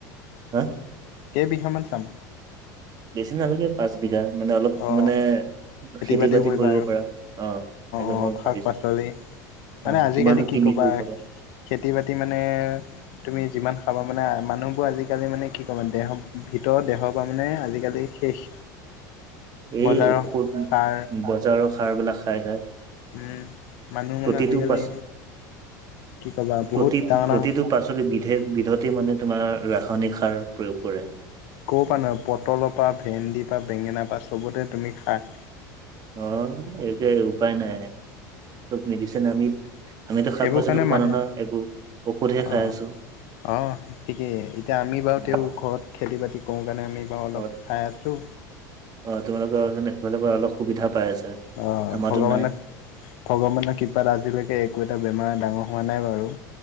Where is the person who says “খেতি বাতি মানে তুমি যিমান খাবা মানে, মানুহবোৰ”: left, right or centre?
Left